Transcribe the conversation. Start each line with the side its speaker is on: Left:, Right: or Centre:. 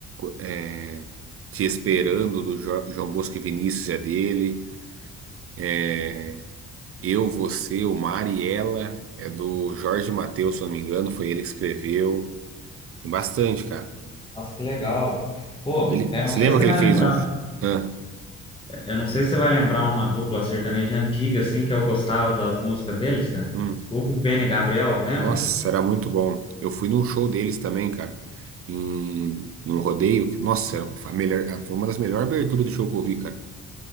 Right: é, Te Esperando, do Jo- João Bosco e Vinícius, é dele. É, Eu, Você, o Mar e Ela, é do Jorge Mateus, se eu não me engano, foi ele que escreveu. Tem bastante, cara.
Left: Nossa, que legal. Pô,
Right: Ele...
Left: eu não
Right: Você
Left: sei
Right: lembra
Left: se você
Right: que
Left: vai
Right: ele fez
Left: lembrar,
Right: um... Ah,
Left: eu não sei se você vai lembrar uma dupla sertaneja antiga assim que eu gostava das músicas deles, cara.
Right: hum.
Left: Hugo Pena e Gabriel, lembra?
Right: Nossa, era muito bom. Eu fui num show deles também, cara. Em... Num rodeio. que- Nossa, era... foi a melhor... foi uma das melhores aberturas de show que eu vi, cara.